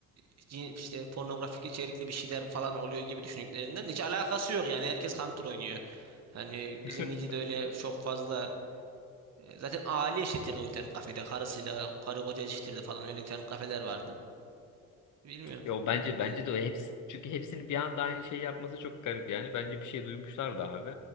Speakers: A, on the right; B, on the left.
A: cin- işte pornografik içerikli bir şeyler falan oluyor gibi düşündüklerinden de hiç alakası yok yani herkes Hunter oynuyor. Hani
B: <laughs>
A: bizim Nice'de öyle çok fazla e, zaten aile eşittirdi o internet kafede karısıyla karı koca eşittirdi falan öyle internet kafeler vardı. Bilmiyorum
B: Yo bence
A: yani
B: bence de o hepsi çünkü hepsinin bir anda aynı şeyi yapması çok garip yani. Bence bir şey duymuşlardı abi.